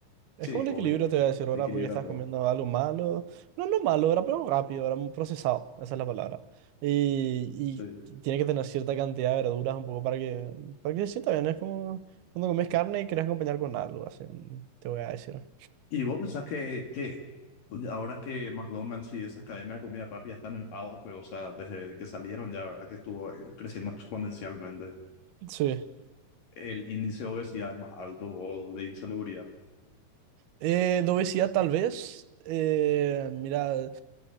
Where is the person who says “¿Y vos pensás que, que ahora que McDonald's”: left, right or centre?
Left